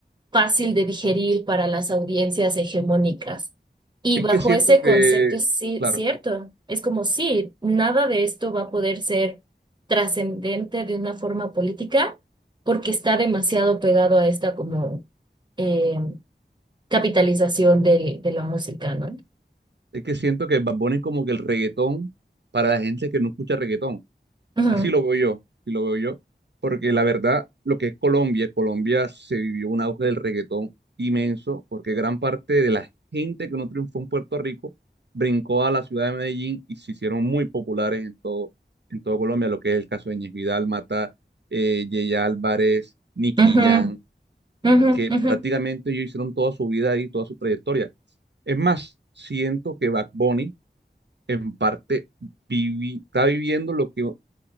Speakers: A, on the right; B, on the right.
A: fácil de digerir para las audiencias hegemónicas. Y
B: Es
A: bajo
B: que siento
A: ese
B: que,
A: concepto es sí,
B: claro,
A: cierto, es como sí, nada de esto va a poder ser trascendente de una forma política porque está demasiado pegado a esta como eh, capitalización de de, la música, ¿no?
B: es que siento que Bad Bunny es como que el reggaetón para la gente que no escucha reggaetón.
A: Ujú,
B: Así lo veo yo, así lo veo yo. Porque la verdad, lo que es Colombia, Colombia se vivió un auge del reggaetón inmenso, porque gran parte de la gente que no triunfó en Puerto Rico brincó a la ciudad de Medellín y se hicieron muy populares en todo, en todo Colombia, lo que es el caso de Ñez Vidal, Mata, eh, Yeye Álvarez, Nicky
A: ujú,
B: Jam.
A: ujú,
B: que
A: ujú.
B: prácticamente ellos hicieron toda su vida ahí, toda su trayectoria. Es más, siento que Back Bunny en parte vivi- está viviendo lo que, o